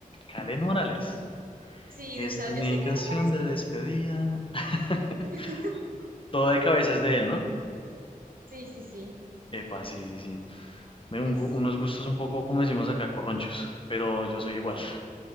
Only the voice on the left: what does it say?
Kaleth Morales.
Esta
es
mi
canción
de despedida.
<laughs>
Todo de cabeza es de él, ¿no?
Epa, sí, sí, sí. Me- un-
unos gustos un poco, como decimos acá, corronchos, pero yo soy igual.